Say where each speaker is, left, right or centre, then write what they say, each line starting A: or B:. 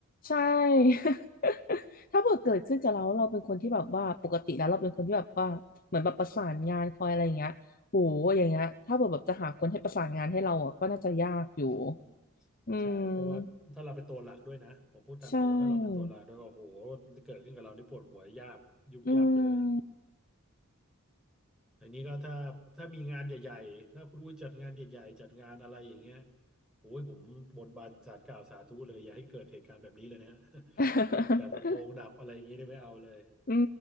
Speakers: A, on the left (about 40°); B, in the centre.
A: ใช่ <laughs> ถ้าเกิดเกิดขึ้นกับเราเราเป็นคนที่แบบว่าปกติแล้วเราเป็นคนที่แบบว่าเหมือนแบบประสานงานคอยอะไรอย่างเงี้ยโหอย่างเงี้ยถ้าเกิดแบบจะหาคนให้ประสานงานให้เราอ่ะก็น่าจะยากอยู่
B: อืม
A: อืม
B: ใช่เพราะว่าถ้าเราเป็นตัวหลักด้วยนะผมพูดตามตรงว่าถ้าเราเป็นตัวหลักด้วยก็โห
A: ใช่
B: เกิดขึ้นกับเรานี่ปวดหัวยาบยุบยับเลย
A: อืม
B: อันนี้ก็ถ้าถ้ามีงานใหญ่ๆถ้าคุณอุ้ยจัดงานใหญ่ๆจัดงานอะไรอย่างเงี้ยโอ้ยผมบนบานศาลกล่าวสาธุเลยอย่าให้เกิดเหตุการณ์แบบนี้เลยนะฮะ
A: <laughs>
B: <laughs> แบบลำโพงดับอะไรอย่างเงี้ยนี่ไม่เอาเลย
A: อื